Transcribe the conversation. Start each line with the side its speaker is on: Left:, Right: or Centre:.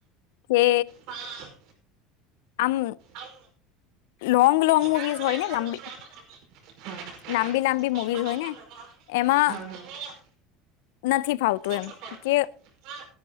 Left: કે
Right: પણ
Left: આમ
Right: આમ
Left: લો મુવીઝ
Right: રામ
Left: હોય
Right: રામ
Left: ને
Right: નો
Left: લંબી
Right: હોય ને, હા
Left: લાંબી લાંબી
Right: બેંગડી
Left: મુવીઝ
Right: બેંગડી
Left: હોય ને એમાં
Right: હા હા.
Left: નથી ફાવતું
Right: નથી
Left: એમ
Right: કરતો.
Left: કે
Right: હા,